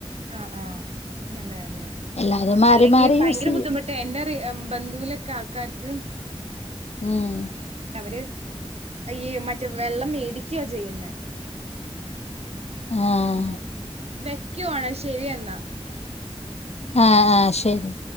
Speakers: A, on the right (about 75°); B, on the left (about 85°).
A: അ ആ അത് നല്ല കാര്യാ
B: എല്ലാതും മാറി
A: അല്ലെങ്കി
B: മാറി
A: ഭയങ്കര
B: യൂസ് ചെയ്യും
A: ബുദ്ധിമുട്ട് എന്റെ പ്പെ എ ബന്ധുവിലൊക്കെ ആൾക്കാർക്ക്
B: ഉം
A: അവര് അയ്യേ മറ്റം വെള്ളം മേടിക്കുക ചെയ്യുന്നേ.
B: ആഹ്
A: അതാ വെക്കുവാണേ ശരിയെന്നാ.
B: ആ ആ ശരി.